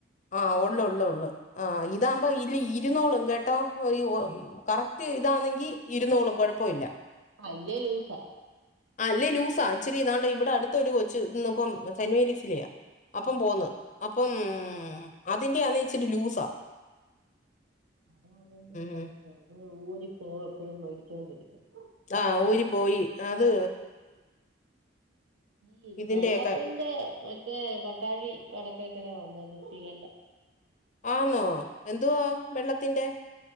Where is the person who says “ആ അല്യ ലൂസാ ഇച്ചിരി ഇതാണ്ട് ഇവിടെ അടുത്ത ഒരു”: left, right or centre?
Left